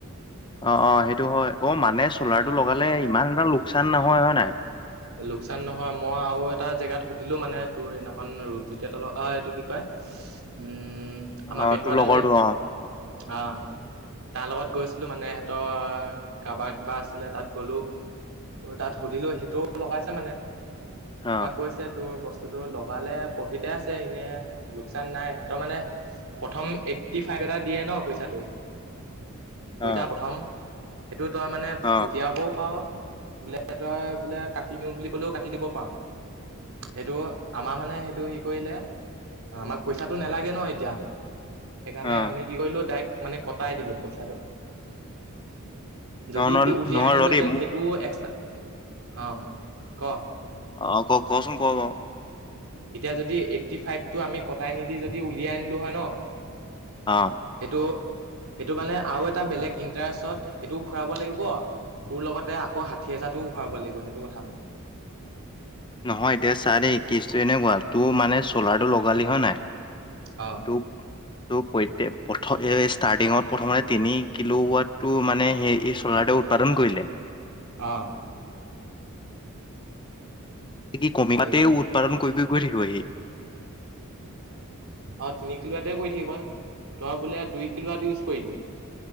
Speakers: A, on the left (about 20°); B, on the right (about 70°).
A: অ', অ', সেইটো হয় অ', মানে চলাৰটো লগালে ইমান এটা লোকচান নহয় হয় নাই?
B: লোকচান নহয় মই আৰু এটা জেগাত সুধিলো মানে তোৰ সেইদিনাখন ৰূপজ্যোতি হতৰ অ, এইটো কি কয়? উম,
A: অ',
B: আমাৰ পেটুৱাদা
A: তোৰ লগৰটো
B: যে
A: অ',
B: অ, তাৰ লগত গৈছিলো মানে সিহঁতৰ কাৰোবাৰ কিবা আছিলে তাত গ'লো। তোৰ তাত সুধিলো সেইটোও লগাইছে মানে
A: অ',
B: তাপা কৈছে তোৰ বস্তু বস্তুটো লগালে প্ৰফিতে আছে এনেই লোকচান নাই সিহঁতৰ মানে প্ৰথম এইটিফাইভ এটা দিয়ে ন পইচাটো
A: অ',
B: পইচা প্ৰথম সেইটো তই মানে
A: অ'।
B: উলিয়াবও পাৰ বোলে তই বোলে কাটি দিওঁ বুলি ক'লেও কাটি দিব পাৰ। সেইটো আমাৰ মানে সেইটো হি কৰিলে আমাক পইচাটো নালাগে ন এতিয়া। সেইকাৰণে
A: অ
B: আমি কি কৰিলো ডাইৰেক্ট মানে কটাই দিলো পইচাটো যদি
A: ন ন
B: উলিয়াই
A: নহয়
B: আনিলেহেঁতেন
A: ৰৰি মোক
B: সেইটো এক্সটা অ', ক।
A: অ', ক কচোন ক ক।
B: এতিয়া যদি এইটটিফাইভটো আমি কটাই নিদি যদি উলিয়াই আনিলো হয় ন।
A: অ
B: সেইটো সেইটো মানে আৰু এটা বেলেগ ইণ্টাৰেষ্টত সেইটো ঘূৰাব লাগিব তোৰ লগতে আকৌ ষাঠি হাজাৰটোও ঘূৰাব লাগিব সেইটো কথা মানে।
A: নহয় এতিয়া চা দেই কেছটো এনেকুৱা তোৰ মানে চলাৰটো লগালি হয় নাই।
B: অ
A: তোক তোৰ প্ৰত্যক প্ৰথ এই ষ্টাৰ্টিঙত প্ৰথমতে তিনি কিলোৱাতটো মানে সেই এই চ'লাৰটো উৎপাদন কৰিলে
B: অ',
A: কি কমি
B: তাৰপিছত
A: তাতেও উৎপাদন কৰি কৰি গৈ থাকিবহি।
B: অ', তিনি কিলোৱাতে কৰি থাকিব তই বোলে দুই কিলো ৱাত ইউজ কৰিলি